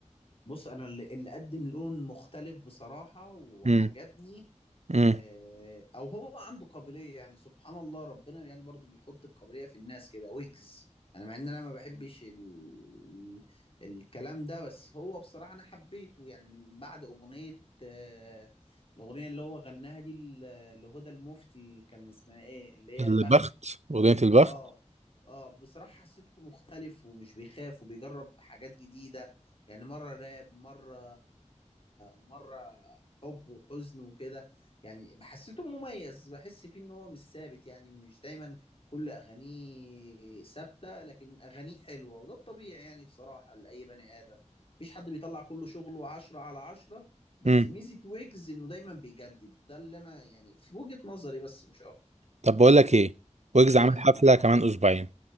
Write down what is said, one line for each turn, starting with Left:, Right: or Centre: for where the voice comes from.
Left: بص انا اللي اللي قدم لون مختلف بصراحه وعجبني
Right: امم امم
Left: آه، او هو عنده قابليه يعني سبحان الله ربنا يعني برضو بيحط القابليه في الناس كده ويجز انا مع ان انا ما بحبش ال... الكلام ده بس هو بصراحه انا حبيته يعني من بعد اغنيه آه، الاغنيه اللي هو غناها دي ل- لهدى المفتي كان اسمها ايه اللي هي
Right: البخت
Left: البخت
Right: اغنيه البخت
Left: اه اه بصراحة حسيته مختلف ومش بيخاف وبيجرب حاجات جديدة يعني مرة راب مرة مرة حب وحزن وكده يعني حسيته مميز بحس فيه ان هو مش ثابت يعني مش دايما كل اغانيه ثابتة لكن اغانيه حلوة وده الطبيعي يعني بصراحة لأي بني آدم مفيش حد بيطلع كل شغله عشرة على عشرة بس
Right: امم
Left: ميزة ويجز انه دايما بيجدد ده اللي انا يعني في وجهة نظري بس مش اكتر
Right: طب بقول لك ايه ويجز
Left: ايه
Right: عامل
Left: يا حبيبي
Right: حفله كمان اسبوعين